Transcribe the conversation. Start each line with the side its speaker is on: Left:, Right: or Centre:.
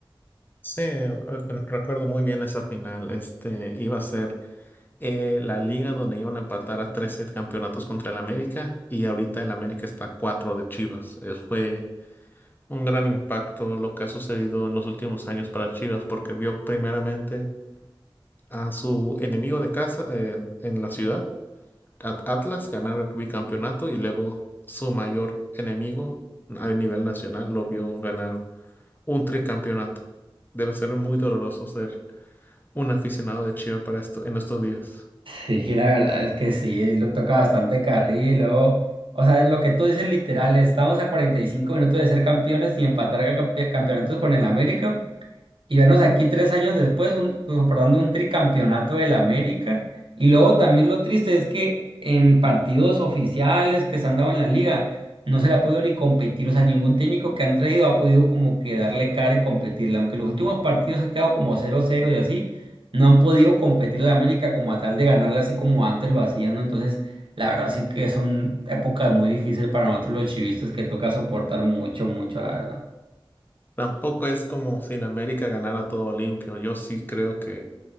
Left: Sí, eh, recuerdo muy bien esa final. Este iba a ser eh, la liga donde iban a empatar a 13 campeonatos contra el América y ahorita el América está a 4 de Chivas. Eh, fue un gran impacto lo que ha sucedido en los últimos años para Chivas porque vio primeramente a su enemigo de casa en, en la ciudad, At- Atlas, ganar el bicampeonato y luego su mayor enemigo a nivel nacional lo vio ganar un tricampeonato. Debe ser muy doloroso ser un aficionado de Chivas para esto en estos días.
Right: Sí, la verdad es que sí, lo toca bastante carril y luego, o sea, lo que tú dices literal, estamos a 45 minutos de ser campeones y empatar campe- campeonatos con el América. y vernos aquí tres años después un, comprobando un tricampeonato del América. Y luego también lo triste es que en partidos oficiales que se han dado en la liga, no se le ha podido ni competir, o sea, ningún técnico que han traído ha podido como que darle cara y competirle, aunque los últimos partidos han quedado como cero cero y así, no han podido competir la América como a tal de ganarle así como antes lo hacían, ¿no? Entonces, la verdad sí que son épocas muy difíciles para nosotros los chivistas que toca soportar mucho, mucho, la verdad.
Left: Tampoco es como si la América ganara todo limpio. Yo sí creo que